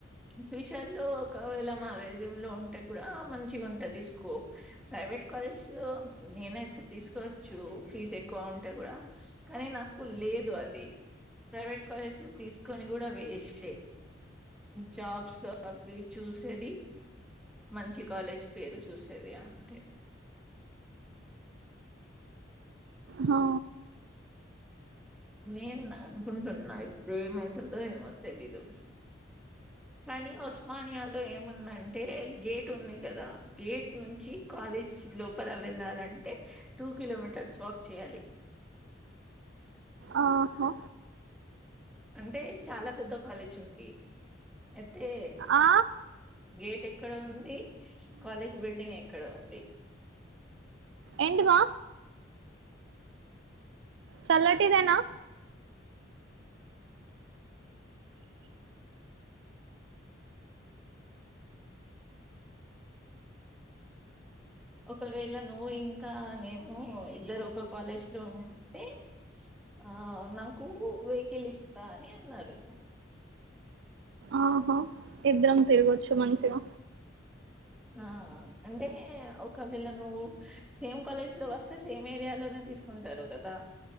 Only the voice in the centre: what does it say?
ఫ్యూచర్ లో ఒకవేళ మ్యారేజ్ ఎమ్ లో ఉంటే కూడా మంచిగా ఉంటాది స్కోప్ ప్రైవేట్ కాలేజ్ లో నేనైతే తీసుకో చ్చు ఫీజ్ ఎక్కువ ఉంటే కూడా కానీ నాకు లేదు అది ప్రైవేట్ కాలేజీలు తీసుకొని కూడా వేస్ట్ ఎ జాబ్స్ అవి చూసేది మంచి కాలేజ్ పేరు చూసేది అంతే
నేన అనుకుంటున్నా ఇప్పుడు ఏమైతాదో ఏమో తెలీదు కానీ ఉస్మానియాలో ఏముందంటే గేట్ ఉంది కదా గేట్ నుంచి కాలేజ్ లోపల వెళ్ళాలంటే టూ కిలోమీటర్స్ వాక్ చేయాలి
అంటే చాలా పెద్ద కాలేజ్ ఉంది తే
గేట్ ఎక్కడ ఉంది కాలేజ్ బిల్డింగ్ ఎ క్కడ ఉంది
ఒకవేళ నువ్వు ఇంకా నేను ఇద్దరు ఒక కాలేజ్ లో ఉంటే ఆ నాకు వెహికిల్ ఇస్తా అని అన్నారు
ఆ అంటే ఒకవేళ నువ్వు సేమ్ కాలేజ్ లో వస్తే సేమ్ ఏరియాలోనే తీసుకుంటారు కదా